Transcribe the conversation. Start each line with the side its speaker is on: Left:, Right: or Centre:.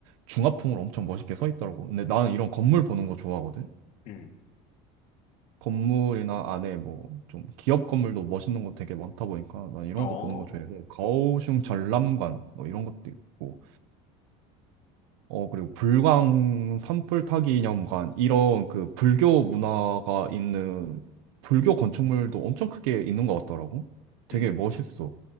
Right: 중화풍으로 엄청 멋있게 서 있더라고. 근데 나는 이런 건물 보는 거 좋아하거든?
Left: 음,
Right: 건물이나 안에 뭐 좀 기업 건물도 멋있는 거 되게 많다 보니까 난 이런
Left: 어,
Right: 거 보는 거 좋아해서 가오슝 전람관 뭐 이런 것도 있고 어 그리고 불광 산불 타기 념관 이런 그 불교 문화가 있는 불교 건축물도 엄청 크게 있는 것 같더라고 되게
Left: 음,
Right: 멋있어